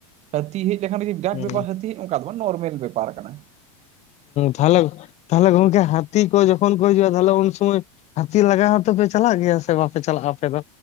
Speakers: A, on the right; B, on the left.
A: ᱦᱟᱹᱛᱤ ᱦᱮᱡ ᱞᱮᱠᱷᱟᱱ ᱵᱤᱨᱟᱴ
B: ᱦᱩᱸ
A: ᱵᱮᱯᱟᱨ ᱦᱟᱹᱛᱤ ᱚᱱᱠᱟ ᱫᱚ ᱵᱟᱝ ᱱᱚᱨᱢᱮᱞ ᱵᱮᱯᱟᱨ ᱠᱟᱱᱟ
B: ᱛᱟᱦᱚᱞᱮ ᱛᱟᱦᱚᱞᱮ ᱜᱚᱢᱠᱮ ᱦᱟᱛᱤ ᱠᱚ ᱡᱚᱠᱷᱚᱱ ᱠᱚ ᱦᱤᱡᱩᱜ-ᱟ ᱛᱟᱦᱚᱞᱮ ᱩᱱ ᱥᱩᱢᱟᱹᱭ ᱦᱟᱹᱛᱤ ᱞᱟᱜᱟ ᱦᱚᱸᱛᱚᱯᱮ ᱪᱟᱞᱟᱜ ᱜᱮᱭᱟ ᱥᱮ ᱵᱟᱯᱮ ᱪᱟᱞᱟᱜᱼᱟ ᱟᱯᱮ ᱫᱚ